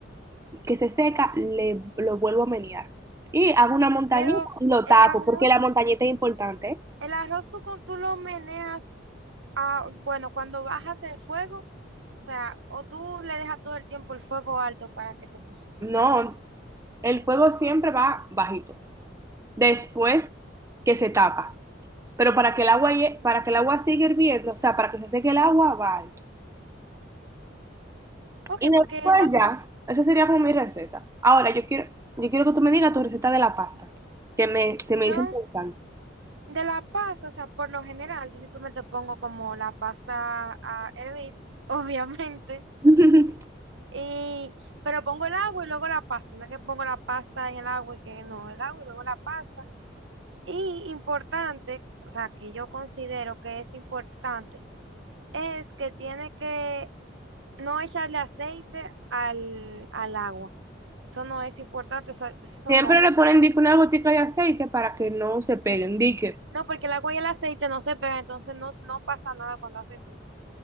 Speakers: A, on the right; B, on the right.
A: que se seca, le, lo vuelvo a menear. Y hago una montañita
B: Pero
A: y lo
B: el
A: tapo,
B: arroz,
A: porque la montañita es importante. ¿eh?
B: el arroz tú, con- tú lo meneas Ah, bueno, cuando bajas el fuego, o sea, o tú le dejas todo el tiempo el fuego alto para que se cocine.
A: No, el fuego siempre va bajito. Después que se tapa. Pero para que el agua, hie- para que el agua siga hirviendo, o sea, para que se seque el agua, va alto.
B: Ok,
A: Y después
B: porque el agua,
A: ya, esa sería como mi receta. Ahora, yo quiero, yo quiero que tú me digas tu receta de la pasta, que me, que me
B: yo
A: dicen pensando.
B: de la pasta, o sea, por lo general, yo simplemente pongo como la pasta a hervir, <laughs> obviamente,
A: <laughs>
B: y, pero pongo el agua y luego la pasta, no es que pongo la pasta en el agua y que no, el agua y luego la pasta. Y importante, o sea, que yo considero que es importante, es que tiene que no echarle aceite al, al agua. Eso no es importante, eso, eso
A: Siempre
B: no.
A: le ponen dique una gotica de aceite para que no se peguen. Dique,
B: No, porque el agua y el aceite no se pegan, entonces no, no pasa nada cuando haces eso.